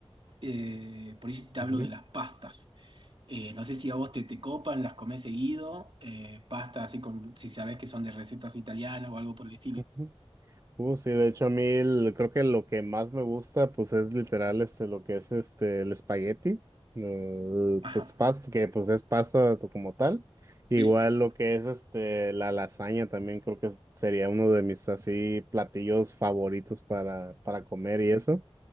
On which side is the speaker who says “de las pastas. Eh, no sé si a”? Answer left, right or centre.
Right